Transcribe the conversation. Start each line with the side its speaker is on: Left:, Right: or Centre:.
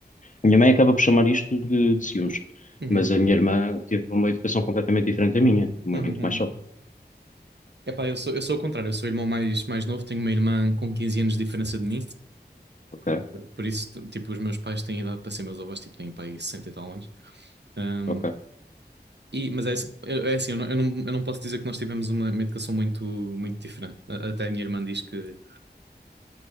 Left: a minha mãe acaba por chamar isto de, de ciúmes,
Right: Uhum,
Left: mas a minha irmã teve uma educação completamente diferente da minha, muito
Right: uhum, uhum.
Left: mais soft.
Right: Epá, eu sou, eu sou o contrário, eu sou o irmão mais, mais novo, tenho uma irmã com 15 anos de diferença de mim,
Left: Ok,
Right: por isso, t- tipo, os meus pais têm idade para ser meus avós, tipo, têm pai 60 e tal anos. Ah,
Left: ok.
Right: e, mas é, esse- é é assim, eu não, eu não, eu não posso dizer que nós tivemos uma, uma educação muito, muito diferente. A- Até a minha irmã diz que